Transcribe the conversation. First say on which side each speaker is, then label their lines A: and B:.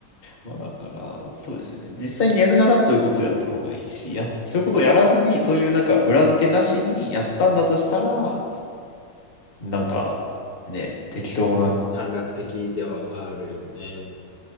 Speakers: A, on the left; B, on the left.
A: まあだから、そうですよね。実際にやるならそういうことをやった方がいいし、や、そういうことをやらずに、そういうなんか裏付けなしにやったんだとしたら、なんか、ね、適当な。
B: うん短絡的ではあるよね。